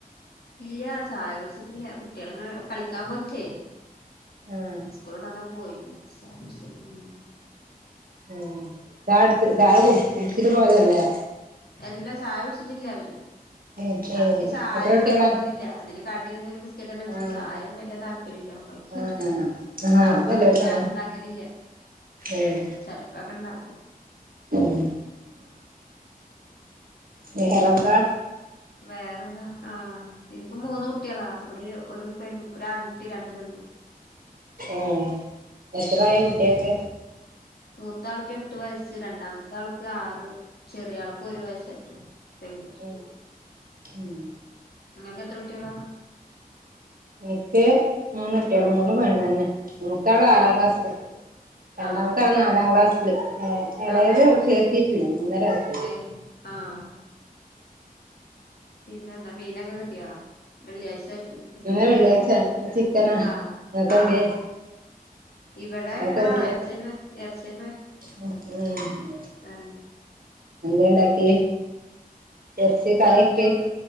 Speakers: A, on the left; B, on the right.
A: ഇല്യാ ചായ കുട്ച്ചിട്ട്ല്യ കുട്യേള്ങ്ങനെ കളിക്കാ പോയ്ട്ടേ
B: ആഹ്
A: സ്കൂള്ട്ടടനെ പോയ്ക്ക്ണ് ചായ കുടിക്കാതെ ഉം
B: ഉം ചായട്ച്ച് ചായ കു കുട്ച്ച്ട്ട് പോയതല്ലേ
A: എല്ലാ ചായ കുടിച്ചിട്ടില്ല അവര്
B: ഏഹ് ഏഹ്
A: അവർക്ക് ചായ
B: എത്ര
A: അങ്ങനെ
B: കുട്ടികളാ
A: നിർബന്ധല്യ എന്തേലും കടി എന്തേലും ബിസ്ക്കേറ്റ് എന്തേലും ഇട്ത്തു
B: ആഹ്
A: ചായയ വല്യ താല്പര്യല്യ ഉം
B: ആഹ് ആഹ്
A: അപ്പൊ
B: അതെല്ലാവർക്കും
A: അങ്ങനെ ഞാനുണ്ടാക്കലില്ല
B: ഏഹ്
A: ചെലപ്പൊക്കെണ്ടാക്കും
B: ഉം വേറെന്താ
A: വേറെന്താ ആഹ് ഇൻക്ക് മൂന്ന് കുട്യളാ ഒരു ഒര് പെൺ ഒരാൺകുട്ടി രണ്ട് പെണ്ണും
B: ഏ എത്രായി കുട്യേക്ക്
A: മൂത്താൾക്ക് എട്ട് വയസ്സ്. രണ്ടാമത്താൾക്ക് ആറ് ചെറിയാൾക്ക് ഒരു വയസ്സായിട്ടൊള്ളൂ. പെങ്കുട്ടി
B: ഉം ഉം
A: നിങ്ങൾക്ക് എത്ര കുട്യളാ
B: ഇൻക്ക് മൂന്നുട്യള് മൂന്നും പെണ്ണന്നെ മൂത്താള് ആറാം
A: ഏഹ്
B: ക്ലാസില് രണ്ടാമത്താള്
A: ആഹ്
B: നാലാം ക്ലാസ്സില് ഏ ഹ് എളേത്
A: ആഹ്
B: ചേർത്തിട്ട്ല്യാ മൂന്നര വയസ്
A: ഏഹ് ആഹ് പിന്നെന്താ മീനൊക്കെ കിട്ടിയാ വെള്ളിയാഴ്ചായിട്ട് കിട്ടിണ്ടാവൂലലേ
B: ഇന്ന് വെള്ളിയാഴ്ചയാണ് ഇന്ന് ചിക്കനാ
A: ആഹ്
B: നിങ്ങക്കെന്തേ
A: ആഹ് ഇവടെ
B: നിങ്ങക്കെന്തേ
A: ആഹ് എർച്ചന്നെ എർച്ചന്നെ
B: ഉം ഉം
A: ആഹ്
B: എന്താണ്ടാക്കിയെ എറച്ചി കറിക്കെ
A: വെറുംചോറ്